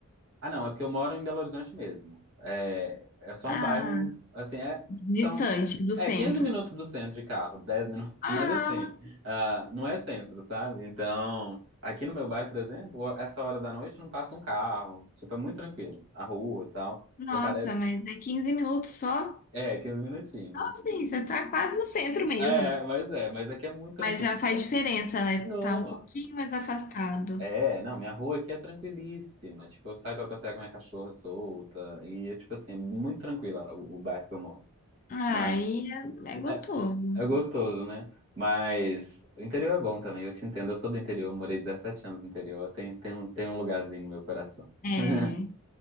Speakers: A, on the right; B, on the left.
A: Ah, não, é porque eu moro em Belo Horizonte mesmo. É, é só
B: Ah,
A: um bairro, assim, é,
B: distante
A: são
B: do
A: é
B: centro.
A: 15 minutos do centro de carro, <laughs> dez minutos,
B: Ah,
A: mas assim, ah, não é centro, sabe? Então, aqui no meu bairro, por exemplo, essa hora da noite não passa um carro, tipo, é muito tranquilo, a rua e tal.
B: nossa,
A: Então parece,
B: mas é quinze minutos só?
A: é, 15 minutinhos.
B: Assim, você tá quase no centro mesmo.
A: É, mas é, mas aqui é muito tranquilo.
B: Mas já faz diferença, né?
A: Não.
B: Tá um pouquinho mais afastado.
A: É, não, minha rua aqui é tranquilíssima. Tipo, eu saio pra passear com minha cachorra solta e é tipo assim, é muito tranquila o, o bairro que eu moro.
B: Aí
A: Mas
B: é, é gostoso.
A: é, é gostoso, né? Mas o interior é bom também, eu te entendo. Eu sou do interior, eu morei 17 anos no interior. Tem, tem um, tem um lugarzinho no meu coração. <laughs>
B: É,